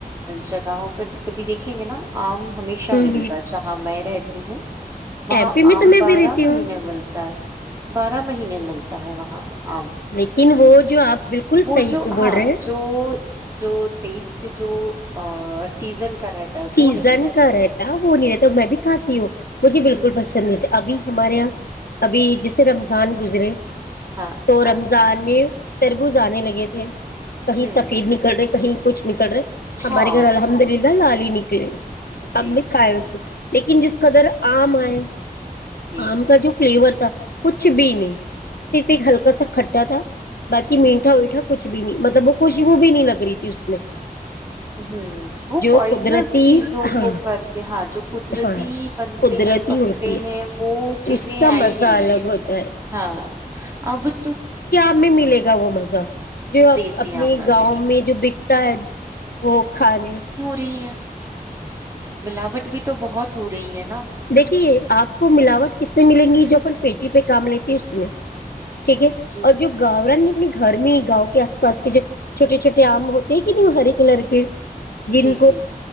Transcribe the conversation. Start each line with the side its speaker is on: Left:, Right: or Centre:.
Right: جگہوں پر کبھی دیکھیں گے نا آم ہمیشہ
Left: ہوں
Right: ملے
Left: ہوں
Right: گا جہاں میں رہتی ہوں وہاں
Left: ایم پی میں
Right: آم
Left: تو میں
Right: بارہ
Left: بھی رہتی
Right: مہینے
Left: ہوں
Right: ملتا ہے بارہ مہینے ملتا ہے وہاں آم
Left: لیکن وہ جو آپ بالکل
Right: وہ
Left: صحیح
Right: جو
Left: کو بول
Right: ہاں
Left: رہے ہیں
Right: جو جو ٹیسٹ جو سیزن کا رہتا ہے وہ
Left: سیزن
Right: نہیں
Left: کا
Right: اس
Left: رہتا
Right: میں
Left: وہ نہیں رہتا میں بھی کھاتی ہوں مجھے بالکل
Right: ہ
Left: پسند نہیں تھا ابھی ہمارے یہاں ابھی جس اس سے رمضان گزرے
Right: ہاں
Left: تو
Right: ہاں
Left: رمضان میں تربوز آنے لگے تھے کہیں
Right: ہوں
Left: سفید نکل رہے کہیں کچھ نکل رہے ہمارے
Right: ہاں
Left: گھر الحمد لال ہی نکلے ہم
Right: جی
Left: نے کا لیکن جس قدر عام آئے
Right: جی
Left: آم کا جو فلیور تھا کچھ بھی نہیں صرف ایک ہلکا سا کھٹا تھا بای
Right: ہ ہوں
Left: میٹا ویٹا کچھ بھی نہیں مطلب وہ خوشی وہ بھی نہیں لگ رہی تھی اس میں
Right: ہاں وہ
Left: جو
Right: پوائزنس
Left: قدرتی
Right: چیزوں
Left: ہاں
Right: کو کر کے ہاں جو قدرتی
Left: ہاں
Right: بنتے
Left: قدرتی
Right: ہیں پکتے
Left: ہوتی
Right: ہیں وہ
Left: ہے
Right: چیزیں
Left: اس کا
Right: آ ہی
Left: مزہ
Right: نہیں رہی
Left: الگ
Right: ہے
Left: ہوتا
Right: ہاں اب تو
Left: س میں ملے گا وہ مزہ جو
Right: دیسی
Left: اپنے
Right: آم میں
Left: گاؤں
Right: ملی
Left: میں جو بکتا ہے وہ کھانا
Right: رہ ہے ملاوٹ بھی تو بہت ہو رہی ہے نا
Left: دیکھیے آپ کو ملاوٹ کس سے ملیں گی جو اپ پیٹی پہ کام لیتے اس میں ٹھیک ہے
Right: جی
Left: اور جو گاورا اپنے گھر میں ہی گاؤں کے آس پاس کے جو چھوٹے چھوٹے آم ہوتے ہیں کہ نہیں وہ ہرے کلر کے جن
Right: جی
Left: کو
Right: جی جی